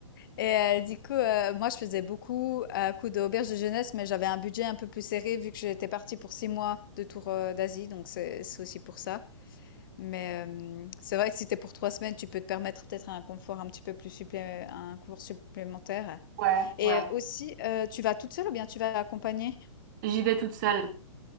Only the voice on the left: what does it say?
Et euh, du coup, euh, moi, je faisais beaucoup à coup d'auberge de jeunesse, mais j'avais un budget un peu plus serré vu que j'étais partie pour six mois de tour euh, d'Asie, donc c'est c'est aussi pour ça. Mais euh, c'est vrai que si t'es pour trois semaines, tu peux te permettre peut-être un confort un petit peu plus supplé un confort supplémentaire.
Et
aussi, euh, tu vas toute seule ou bien tu vas accompagnée?